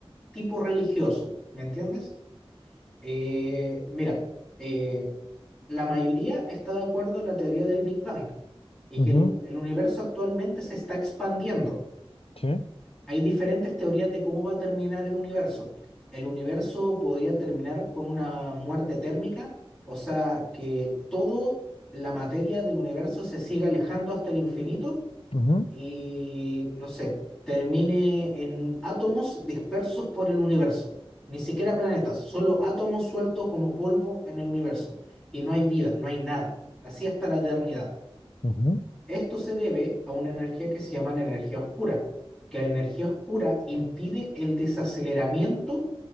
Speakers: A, in the centre; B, on the left.
A: tipo religioso, ¿me entiendes? Eh, mira, eh, la mayoría está de acuerdo en la teoría del Big Bang y
B: ujú,
A: que el u- el universo actualmente se está expandiendo.
B: sí,
A: Hay diferentes teorías de cómo va a terminar el universo. El universo podría terminar con una muerte térmica, o sea, que toda la materia del universo se siga alejando hasta el infinito
B: ujú,
A: y, no sé, termine en átomos dispersos por el universo. Ni siquiera planetas, solo átomos sueltos como polvo en el universo. Y no hay vida, no hay nada. Así hasta la eternidad.
B: ujú.
A: Esto se debe a una energía que se llama la energía oscura, que la energía oscura impide el desaceleramiento